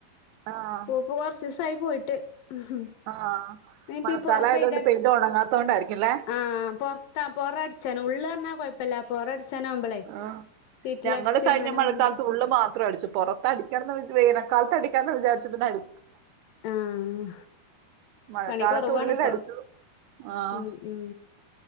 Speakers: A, on the right (about 80°); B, on the left (about 75°).
A: ആഹ്
B: പൂപ്പ കൊറച്ച് ദിവസയി പോയിട്ട് ട്ട
A: ആഹ്
B: ഉ ഇനിപ്പ
A: മഴക്കാലം
B: പുറം
A: ആയതുകൊണ്ട്
B: പെയിന്റ് അടിച്ചു
A: പെയ്ത് ഉണങ്ങാത്തോണ്ടായിരിക്കുംല്ലേ
B: ആ പുറത്താ പുറയ്‌ സ ഉള്ളള്ഞ്ഞാ കൊഴപ്പമില്ലറട അവസാനാവുമ്പളേ
A: ആഹ്
B: സീറ്റില
A: ഞങ്ങള്
B: അടച്ച്
A: കഴിഞ്ഞ
B: അങ്ങനെ
A: മഴക്കാലത്ത്
B: വി
A: ഉള്ളു മാത്രം അടിച്ചു പുറത്ത് അടിക്കാണ വേനൽക്കാലത്ത് അടിക്കാന്ന് വിാരിച്ചു പിന്നെ അടി
B: ആഹ
A: മഴക്കാലത്ത്
B: പണി കൊറവാണ്
A: ഉള്ളിൽ
B: ഇപ്പ
A: അടിച്ചു ആഹ്
B: ഉ ഉ